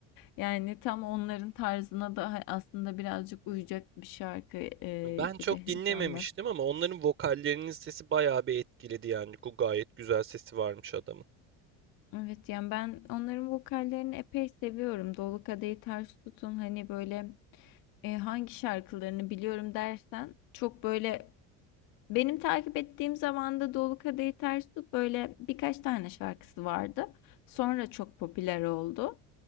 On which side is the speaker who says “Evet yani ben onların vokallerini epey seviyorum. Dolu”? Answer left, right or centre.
Left